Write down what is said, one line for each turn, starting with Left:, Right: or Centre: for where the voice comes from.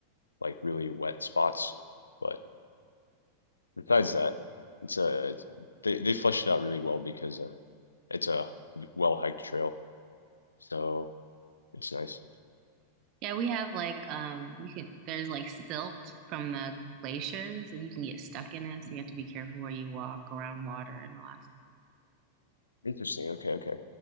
Left: like really wet spots. But Besides that, it's a they they fleshed it out really well because uh, it's a well hiked trail, so it's nice.
Right: Yeah, we have like um you can there's like silt from the glaciers and you can get stuck in it, so you have to be careful where you walk around water in Alaska.
Left: Interesting. Okay, okay.